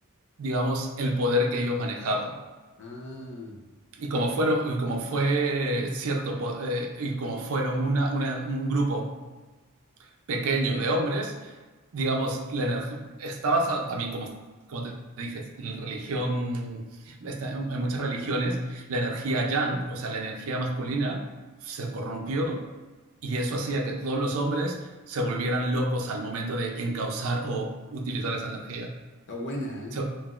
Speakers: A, on the right (about 70°); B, on the left (about 50°).
A: digamos, el poder que ellos manejaban.
B: Ah,
A: Y como fueron, y como fue cierto, eh, y como fueron una, una, un grupo pequeño de hombres, digamos, la energía está basada también, como, como te dije, en religión, está, en muchas religiones, la energía yang, o sea, la energía masculina, se corrompió y eso hacía que todos los hombres se volvieran locos al momento de encauzar o utilizar esa energía
B: está buena, ¿eh?
A: se,